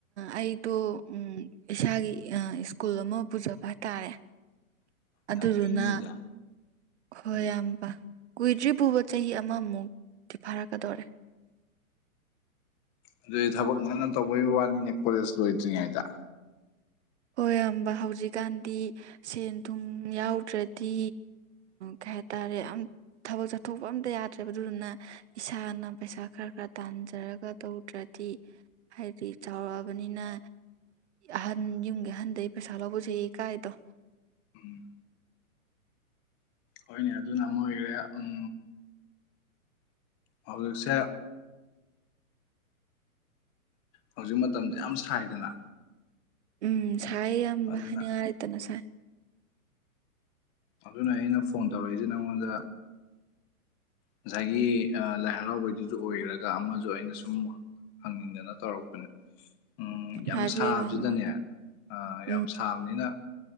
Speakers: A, on the right; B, on the left.
A: ꯑꯩꯗꯣ ꯎꯝ ꯏꯁꯥꯒꯤ ꯁ꯭ꯀꯨꯜ ꯑꯃ ꯄꯨꯖꯕ ꯍꯥꯏꯇꯥꯥꯔꯦ ꯑꯗꯨꯗꯨꯅ
B: ꯌꯥꯝ ꯐꯩꯅꯦ ꯑꯗꯨꯗꯤ
A: ꯍꯣꯏ
B: ꯎꯝ
A: ꯌꯥꯝꯕ ꯀꯨꯏꯗ꯭ꯔꯤ ꯄꯨꯕ ꯆꯍꯤ ꯑꯃꯃꯨꯛ ꯇꯤꯐꯥꯔꯛꯀꯗꯧꯔꯦ
B: ꯑꯗꯨꯗꯤ ꯊꯕꯛ ꯉꯟꯅ ꯇꯧꯕꯒꯤ ꯋꯥꯅꯤꯅꯦ ꯀꯣꯂꯦꯖ ꯂꯣꯏꯗ꯭ꯔꯤꯉꯩꯗ
A: ꯑꯣꯏ ꯏꯌꯥꯔꯝꯕ ꯍꯧꯖꯤꯛꯀꯥꯟꯗꯤ ꯁꯦꯟ ꯊꯨꯝ ꯌꯥꯎꯗ꯭ꯔꯗꯤ ꯀꯩ ꯍꯥꯏꯇꯥꯔꯦ ꯊꯕꯛ ꯆꯠꯊꯣꯛꯄ ꯑꯝꯇ ꯌꯥꯗ꯭ꯔꯦꯕ ꯑꯗꯨꯗꯨꯅ ꯏꯁꯥꯅ ꯄꯩꯁꯥ ꯈꯔ ꯈꯔ ꯇꯥꯟꯖꯔꯒ ꯇꯧꯗ꯭ꯔꯗꯤ ꯍꯥꯏꯗꯤ ꯆꯥꯎꯔꯛꯑꯕꯅꯤꯅ ꯑꯍꯟ ꯌꯨꯝ ꯑꯍꯟꯗꯩ ꯄꯩꯁꯥ ꯂꯧꯕꯖꯨ ꯏꯀꯥꯏꯗꯣ
B: ꯎꯝ ꯍꯣꯏꯅꯦ ꯑꯗꯨꯅ ꯑꯃ ꯑꯣꯏꯒ꯭ꯔꯦ ꯎꯝ ꯍꯧꯖꯤꯛꯁꯦ ꯍꯧꯖꯤꯛ ꯃꯇꯝꯖꯦ ꯌꯥꯝ ꯁꯥꯏꯗꯅ
A: ꯎꯝ ꯁꯥꯏ ꯑꯌꯥꯝꯕ
B: ꯑꯗꯨꯅ
A: ꯍꯥꯏꯅꯤꯉꯥꯏ ꯂꯩꯇꯅ ꯁꯥꯏ
B: ꯑꯗꯨꯅ ꯑꯩꯅ ꯐꯣꯟ ꯇꯧꯔꯛꯏꯖꯦ ꯅꯪꯉꯣꯟꯗ ꯉꯁꯥꯏꯒꯤ ꯂꯥꯏ ꯍꯔꯥꯎꯕꯩꯗꯨꯖꯨ ꯑꯣꯏꯒ꯭ꯔꯒ ꯑꯃꯖꯨ ꯑꯩꯅ ꯁꯨꯝ ꯍꯪꯅꯤꯡꯗꯅ ꯇꯧꯔꯛꯄꯅꯦ ꯎꯝ ꯌꯥꯝ
A: ꯍꯥꯏꯕꯤꯌꯨ
B: ꯁꯥꯕꯖꯤꯗꯅꯦ
A: ꯏꯌꯥꯝꯕ
B: ꯌꯥꯝ
A: ꯎꯝ
B: ꯁꯥꯕꯅꯤꯅ